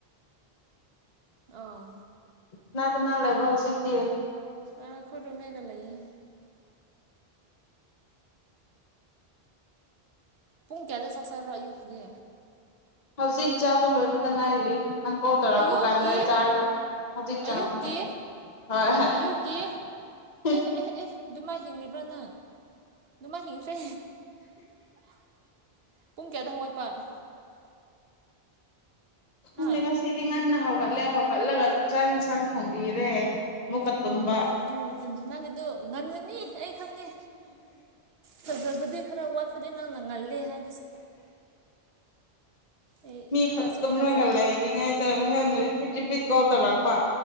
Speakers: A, on the right (about 70°); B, on the left (about 45°).
A: ꯑꯥ
B: ꯀꯅꯥ ꯀꯅꯥ ꯂꯩꯥꯏꯕ꯭ꯔꯣ ꯍꯧꯖꯤꯛꯇꯤ
A: ꯑ ꯑꯈꯣꯏ ꯃꯦꯒꯥ <unintelligible> ꯂꯩꯌꯦ ꯄꯨꯡ ꯀꯌꯥꯗ ꯆꯥꯛꯆꯕ꯭ꯔꯥ ꯑꯌꯨꯛꯀꯤꯗꯤ
B: ꯍꯧꯖꯤꯛ ꯆꯥꯕ ꯂꯣꯏꯕꯗ ꯉꯥꯏꯔꯤꯌ‌ꯦ ꯅꯪ ꯀꯣꯜ ꯊꯧꯔꯛ
A: ꯑꯌꯨꯛꯀꯤ
B: ꯀꯥꯟꯗꯥ ꯆꯥꯔꯒꯥ ꯍꯧꯖꯤꯛ
A: ꯑꯌꯨꯛꯀꯤ
B: ꯆꯥꯕꯅꯤ ꯍꯣꯏ ꯍꯣꯏ
A: ꯑꯌꯨꯛꯀꯤ ꯑꯦ ꯑꯦ ꯑꯦ ꯑꯗꯨꯃꯥꯏ ꯍꯤꯡꯔꯤꯕ꯭ꯔꯥ ꯅꯪ ꯑꯗꯨꯃꯥꯏ ꯍꯤꯡꯈ꯭ꯔꯦ ꯄꯨꯡ ꯀꯌꯥꯗ ꯍꯧꯒꯠꯄ
B: ꯈꯪꯗꯦ
A: ꯍꯥ
B: ꯉꯁꯤꯗꯤ ꯉꯟꯅꯥ ꯍꯧꯒꯠꯂꯦ ꯍꯧꯒꯠꯂꯒ ꯆꯥꯛ ꯌꯟꯁꯥꯡ ꯊꯣꯡꯕꯤꯔꯦ ꯑꯃꯨꯛꯀ
A: ꯎꯝ
B: ꯇꯨꯝꯕ
A: ꯎꯝ ꯎꯝ ꯅꯪꯒꯤꯗꯨ ꯉꯟꯒꯅꯤ ꯑꯩ ꯈꯪꯉꯦ ꯐꯖꯕꯗꯤ ꯈꯔ ꯋꯥꯠꯄꯗꯤ ꯅꯪꯅ ꯉꯜꯂꯤꯦ ꯍꯥꯏ ꯑꯩ
B: ꯃꯤ
A: ꯊꯥꯁꯨ
B: ꯇꯨꯝꯂꯒ
A: ꯊꯥꯖꯅꯤꯡꯗꯦ
B: ꯂꯩꯔꯤꯉꯩ ꯍ ꯔꯤꯄꯤꯠ <unintelligible> ꯔꯤꯄꯤꯠ ꯀꯣꯜ ꯇꯧꯔꯛꯄ